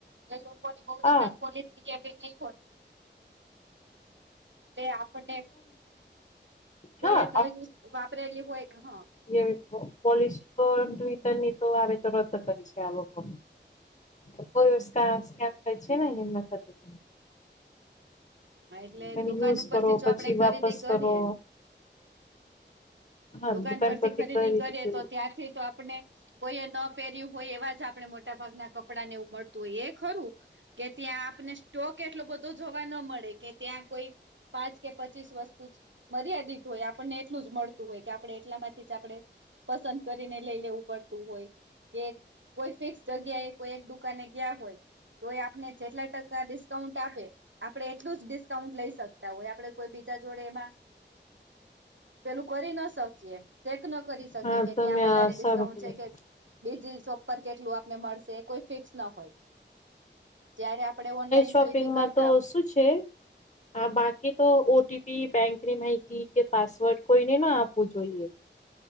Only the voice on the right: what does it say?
જે લોકોની બહું
રિટર્ન પોલિસી કે એવી નહીં હોય <unintelligible> પણને કોઈ
એ ન યુઝ વાપરેલી હોય, હા.
હાં એટલે
દુકાન
ઉપર
થી જો
આપણે ખરીદી
કરીએ
દુકાન પરથી ખરીદી
કરીએ
તો ત્યાંથી તો આપને કોઈએ ન પહેર્યું હોય એવા જ આપણે મોટા ભાગના કપડાં ને એવું મળતું હોય એ ખરું. કે ત્યાં આપને સ્ટોક એટલો બધો જોવા ન મળે કે ત્યાં કોઈ પાંચ કે પચીસ વસ્તુ જ મર્યાદિત હોય આપણને એટલું જ મળતું હોય, કે આપણે એટલામાંથી જ આપણે પસંદ કરીને લઈ લેવું પડતું હોય. કે કોઈ ફિક્સ જગ્યા એ કોઈ એક દુકાને ગયા હોય તો એ આપને જેટલા ટકા ડિસ્કાઉન્ટ આપે આપણે એટલું જ ડિસ્કાઉન્ટ લઈ શકતા હોય, આપડે કોઈ બીજા જોડે એમાં પેલું કરી ન શકીએ, ચેક ન કરી શકીએ,
કે
ત્યાં વધારે
ડિસ્કાઉન્ટ
છે કે બીજી શોપ પર કેટલું આપને મળશે એ કોઈ ફિક્સ ન હોય. જયારે આપડે ઓનલાઈન
ખરીદી કર